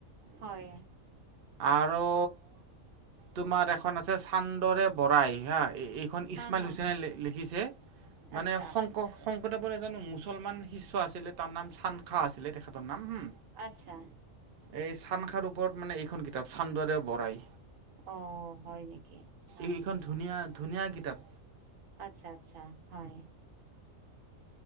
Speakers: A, on the right (about 75°); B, on the right (about 55°).
A: হয়
B: আৰু তোমাৰ এখন আছে চান্দৰে পৰাই হা, এইখন ইছমাইল
A: হা হা
B: হুছেইনে লিখিছে মানে
A: আচ্ছা
B: শংকৰ-শংকৰ <unintelligible> এজন মুছলমান শিষ্য আছিলে তাৰ নাম চানখা আছিলে তেখেত নাম হ
A: আচ্ছা
B: এই চান খাৰ ওপৰত মানে এইখন কিতাপ চান্দাৰে বঢ়াই।
A: অ' হয় নেকি আচ্ছা।
B: এইখন ধুনীয়া, ধুনীয়া কিতাপ।
A: আচ্ছা-আচ্ছা হয়।